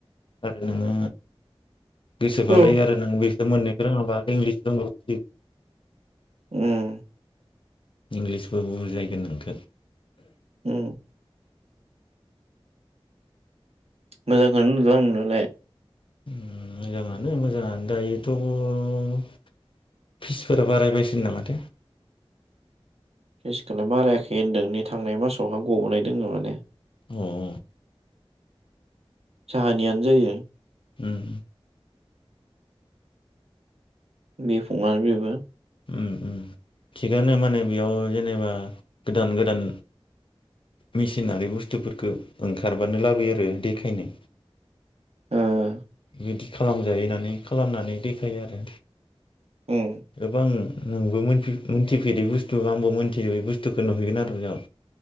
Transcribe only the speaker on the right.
औ
उम
उम मोजांखौनो नुदों आं नुनायालाय।
फिसखौलाय बारायाखै होनदों नै थांनाय मासावहाय ग'बोनाय दङ माने।
जाहानियानो जायो।
बिफंआनो बेबो।
उम
उम